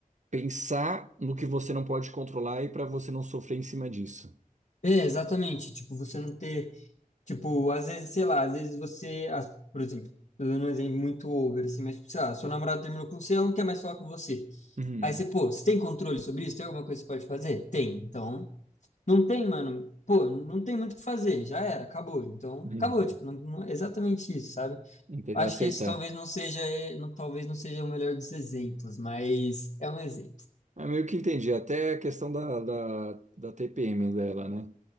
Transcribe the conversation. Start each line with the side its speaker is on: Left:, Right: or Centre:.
Right: pensar no que você não pode controlar e para você não sofrer em cima disso.
Left: É, exatamente. Tipo, você não ter. Tipo, às vezes, sei lá, às vezes você. as- Por exemplo, tô dando um exemplo muito over, assim, mas, tipo, sei lá, sua namorada terminou com você, ela não quer mais falar com você.
Right: Uhum,
Left: Aí você, pô, você tem controle sobre isso? Tem alguma coisa que você pode fazer? Tem. Então, não tem, mano. Pô, não tem muito o que fazer. Já era, acabou. Então,
Right: uhum.
Left: acabou. Tipo, não, não- é exatamente isso, sabe?
Right: Entendi,
Left: Acho
Right: aceitar.
Left: que esse talvez não seja, eh, não, talvez não seja o melhor dos exemplos, mas é um exemplo.
Right: É meio que entendi, até a questão da, da, da TPM dela, né?